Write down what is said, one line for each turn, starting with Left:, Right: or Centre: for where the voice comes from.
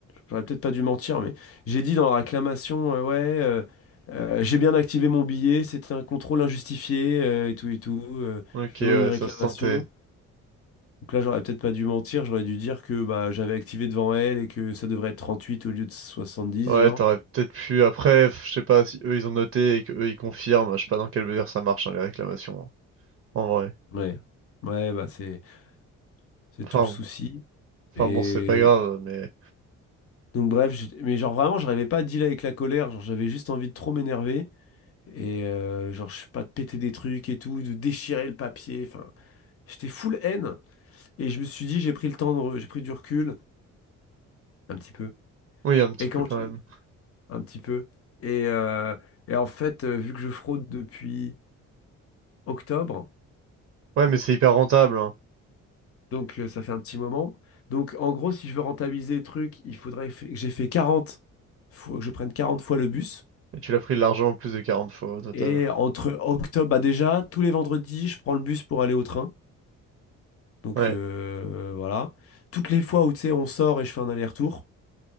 Left: j'aurais peut-être pas dû mentir, mais j'ai dit dans la réclamation, euh, ouais, euh, euh, j'ai bien activé mon billet, c'était un contrôle injustifié euh, et tout et tout. euh,
Right: Ok,
Left: je
Right: ouais,
Left: demande une réclamation.
Right: ça se sentait.
Left: Donc là, j'aurais peut-être pas dû mentir, j'aurais dû dire que bah, j'avais activé devant elle et que ça devrait être 38 au lieu de 70,
Right: Ouais,
Left: genre.
Right: t'aurais peut-être pu. Après, f- je sais pas si eux ils ont noté et que eux ils confirment. Je sais pas dans quelle mesure ça marche, hein, les réclamations. hein, En vrai.
Left: Ouais, ouais, bah c'est c'est
Right: Enfin
Left: tout le
Right: bon.
Left: souci.
Right: Enfin
Left: Et
Right: bon, c'est pas grave, mais.
Left: donc bref, j'ai- mais genre vraiment, j'arrivais pas à dealer avec la colère, genre j'avais juste envie de trop m'énerver et euh, genre je sais pas de péter des trucs et tout, de déchirer le papier, enfin, j'étais full haine et je me suis dit j'ai pris le temps de re- j'ai pris du recul un petit peu.
Right: Oui, un petit
Left: Et
Right: peu
Left: quand
Right: quand
Left: j'ai
Right: même.
Left: un petit peu et euh, et en fait, euh, vu que je fraude depuis octobre
Right: Ouais, mais c'est hyper rentable, hein.
Left: Donc, euh, ça fait un petit moment. Donc, en gros, si je veux rentabiliser le truc, il faudrait fa- que j'ai fait 40 faut que je prenne 40 fois le bus.
Right: Et tu l'as pris largement plus de 40 fois au total.
Left: Et entre octobre, bah déjà, tous les vendredis, je prends le bus pour aller au train. Donc,
Right: Ouais.
Left: euh, voilà. Toutes les fois où, tu sais, on sort et je fais un aller-retour.